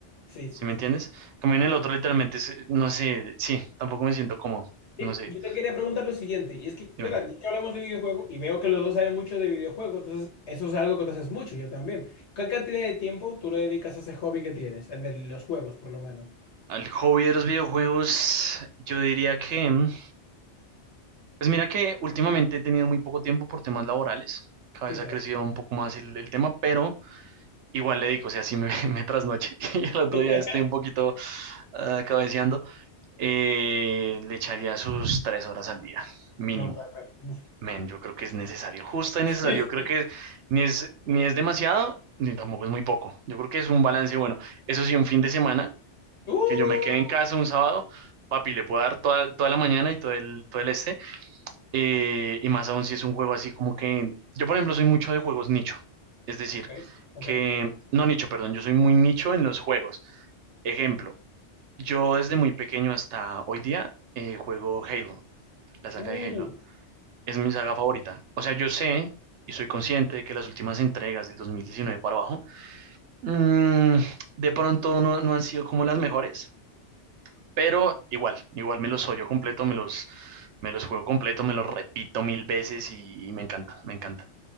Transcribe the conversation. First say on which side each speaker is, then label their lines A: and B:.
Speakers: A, on the left (about 70°); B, on the right (about 75°).
A: Sí,
B: ¿Sí
A: sí,
B: me
A: sí.
B: entiendes? Como en el otro, literalmente, es, no sé, sí, tampoco me siento cómodo.
A: Y
B: No sé,
A: Yo te quería preguntar lo siguiente, y es que, espera,
B: dime.
A: ya que hablamos de videojuegos y veo que los dos saben mucho de videojuegos, entonces eso es algo que tú haces mucho, yo también. ¿Qué cantidad de tiempo tú le dedicas a ese hobby que tienes, el de los juegos, por lo menos?
B: Al hobby de los videojuegos, yo diría que, mm, pues mira que últimamente he tenido muy poco tiempo por temas laborales. Cada
A: Sí,
B: vez
A: claro.
B: ha crecido un poco más el, el tema, pero igual le digo, o sea, sí me, <laughs> me trasnoche <laughs> y el otro
A: <laughs>
B: día estoy un poquito ah, cabeceando. eh, le echaría sus tres horas al día, mínimo
A: No, perfecto. Uf.
B: Men, yo creo que es necesario, justo y necesario.
A: <laughs>
B: Creo que ni es, ni es demasiado, ni tampoco es muy poco. Yo creo que es un balance bueno. Eso sí, un fin de semana,
A: Uh,
B: que yo me quede en casa un sábado, papi, le puedo dar toda, toda la mañana y todo el, todo el este. eh, y más aún si es un juego así como que... Yo, por ejemplo, soy mucho de juegos nicho. Es decir,
A: ok, ok.
B: que... No nicho, perdón, yo soy muy nicho en los juegos. Ejemplo, yo desde muy pequeño hasta hoy día eh, juego Halo, la saga
A: Uh,
B: de Halo es mi saga favorita. O sea, yo sé y soy consciente de que las últimas entregas del 2019 para abajo, mm, de pronto no, no han sido como las mejores, pero igual, igual me los yo completo, me los, me los juego completo, me los repito mil veces y, y me encanta, me encanta.